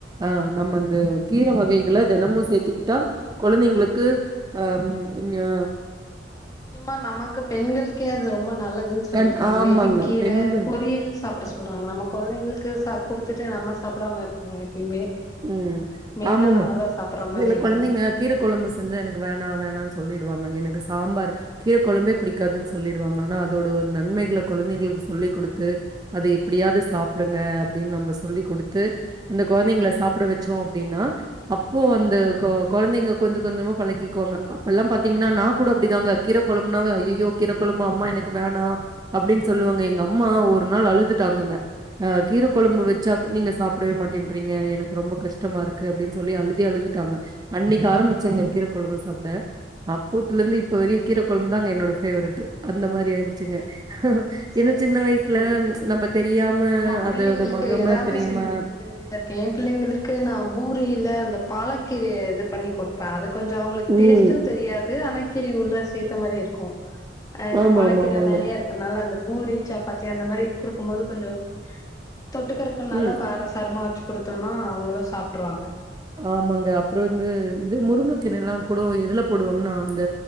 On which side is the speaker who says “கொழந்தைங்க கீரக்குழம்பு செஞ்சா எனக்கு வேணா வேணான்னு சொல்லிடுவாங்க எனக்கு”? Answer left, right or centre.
Right